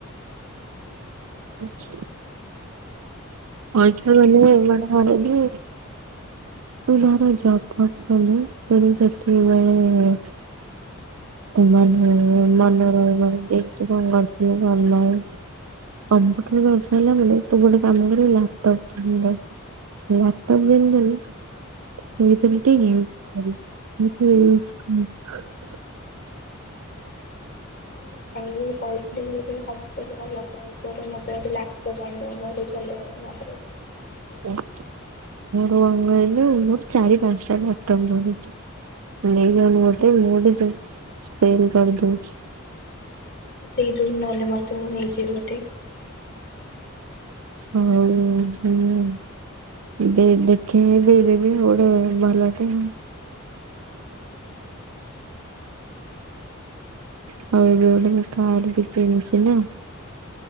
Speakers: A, on the left (about 50°); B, on the right (about 80°).
A: ଦେଖିବା
B: ଆଛା
A: କଣ
B: ଅଇଖା ମାନେ ଏମାନେ କଣ ରେଡି? ଭାର ଜବଦକଲେ ତେଣୁ ସେଥିପାଇଁ <unintelligible> କମ୍ପ୍ୟୁଟର ସରିଲାପରେ ତୁ ଗୋଟେ କାମ କରିବୁ ଲାପଟପ ଲାପଟପବି ଆଣିକି ଦେନି <unintelligible> <unintelligible>
A: ହଁ ହଁ ହଉ ମୁଁ ବାପାଙ୍କୁ କହିଚି। ବ ବହୁତ ଦିନ କମ୍ଫର୍ଟେବଲ ହେଲା ପରେ ମୋ ପାଇଁ ଲ ଆପଟପ୍ ଆଣିବ ଘରେ ଚଳେଇବା ପାଇଁ ଆଣିଦେବି।
B: ଓହୋ କଣ କହିଲୁ? ଚାରି ପାଞ୍ଚଟା ଲାପଟପ ଅଛି। ନେଇଯାଉନୁ ଗୋଟେ ମୁଁ ଗୋଟେ ସେଲ କରିଦଉଛି
A: ଦେଇଦବୁ ନହେଲେ ମତେ ମୁଁ ନେଇଯିବି ଗୋଟେ
B: ହଉ ହୁଁ ଦେଇ ଦେଖେ ଦେଇଦେବି ଗୋଟେ ଭଲ ଟେ
A: ହୁଁ
B: ହଉ ଏବେ ଗୋଟେ ମୁଁ କାର ବି କିଣିଛି ନା।